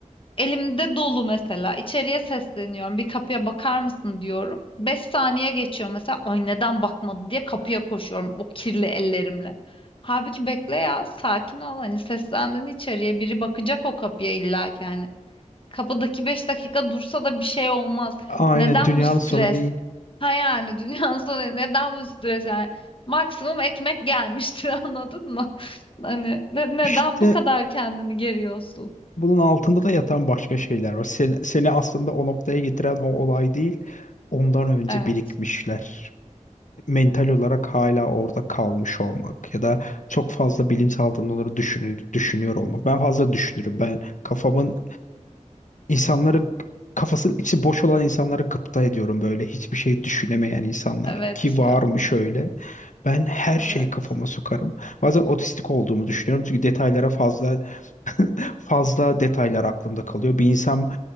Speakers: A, on the left; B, on the left.
A: Elimde dolu mesela. İçeriye sesleniyorum. Bir kapıya bakar mısın diyorum. Beş saniye geçiyor mesela. Ay neden bakmadı diye kapıya koşuyorum o kirli ellerimle. Halbuki bekle ya. Sakin ol. Hani seslendin içeriye. Biri bakacak o kapıya illa ki hani. Kapıdaki beş dakika dursa da bir şey olmaz.
B: Aynen
A: Neden
B: dünyanın
A: bu stres?
B: sonu değil.
A: Ha yani <laughs> dünyanın sonu neden bu stres yani? Maksimum ekmek gelmiştir <laughs> anladın mı? Hani ne- neden
B: İşte
A: bu kadar kendini geriyorsun?
B: bunun altında da yatan başka şeyler var. Sen- seni aslında o noktaya getiren o olay değil, ondan önce
A: Evet.
B: birikmişler. Mental olarak hala orada kalmış olmak ya da çok fazla bilinçaltında onları düşünü- düşünüyor olmak. Ben fazla düşünürüm. Ben kafamın insanları kafasının içi boş olan insanlara gıpta ediyorum böyle. Hiçbir şey düşünemeyen insanlar
A: Evet
B: ki varmış
A: ya.
B: öyle. Ben her
A: Evet.
B: şeyi kafama sokarım. Bazen otistik olduğumu düşünüyorum çünkü detaylara fazla fazla detaylar aklımda kalıyor. Bir insan